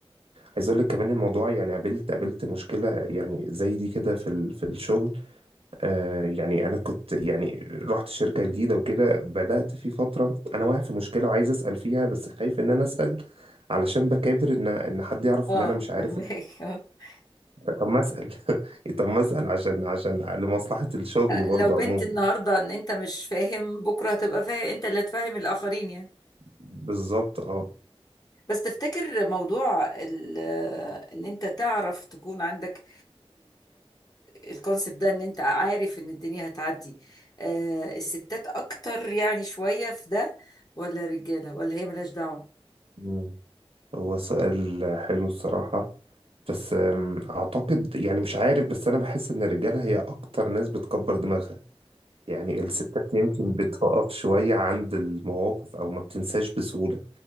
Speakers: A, on the right; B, on the left.
A: عايز اقول لك كمان الموضوع يعني قابلت قابلت مشكله يعني زي دي كده في ال- في الشغل آه يعني انا كنت يعني رحت شركة جديدة وكده بدأت في فترة انا واقع في مشكلة وعايز اسأل فيها بس خايف ان انا اسأل علشان بكابر ان ان حد يعرف
B: اه
A: ان انا مش عارف
B: فهمك <laughs>
A: طب ما اسأل <laughs> طب ما اسأل عشان عشان لمصلحة الشغل
B: آه.
A: برضه
B: لو بنت
A: عموما
B: النهارده ان انت مش فاهم بكره هتبقى فاهم انت اللي هتفهم الاخرين يعني
A: بالظبط اه
B: بس تفتكر موضوع ال- ان انت تعرف تكون عندك الكونسبت ده ان انت عارف ان الدنيا هتعدي آه، الستات اكتر يعني شوية في ده ولا الرجالة ولا هي ملهاش دعوة
A: مم. هو سؤال حلو الصراحة بس آم، اعتقد يعني مش عارف بس انا بحس ان الرجالة هي اكتر ناس بتكبر دماغها يعني الستات يمكن بتقف شوية عند المواقف او ما بتنساش بسهولة